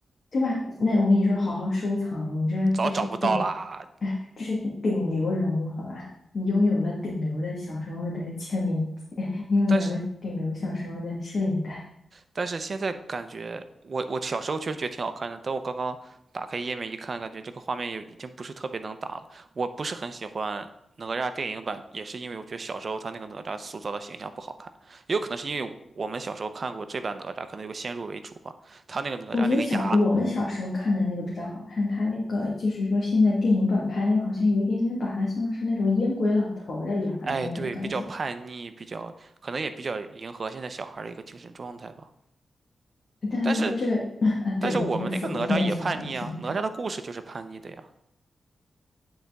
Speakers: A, on the left; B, on the right.
A: 对吧？那我跟你说，好好收藏，你知道这是顶，
B: 早找不到啦。
A: 哎，这是顶流人物，好吧？你拥有了顶流的小时候的签名，<laughs> 你拥有了顶流小时候的摄影带。
B: 但是但是现在感觉，我我小时候确实觉得挺好看的，但我刚刚打开页面一看，感觉这个画面也已经不是特别能打了。我不是很喜欢哪吒电影版，也是因为我觉得小时候他那个哪吒塑造的形象不好看，也有可能是因为我们小时候看过这版哪吒，可能有个先入为主吧。他那个哪吒那个牙。
A: 我觉得小我们小时候看的那个比较好看，他那个就是说现在电影版拍那个好像有一点点把他像是那种烟鬼老头儿的牙的那种感觉，
B: 哎，对，比较叛逆，比较可能也比较迎合现在小孩儿的一个精神状态吧。
A: 但他们说这个
B: 但是，
A: <laughs> 啊，
B: 但是我们那个哪吒也叛逆啊，
A: 对，我觉得符合现在小孩儿的精神状态。
B: 哪吒的故事就是叛逆的呀。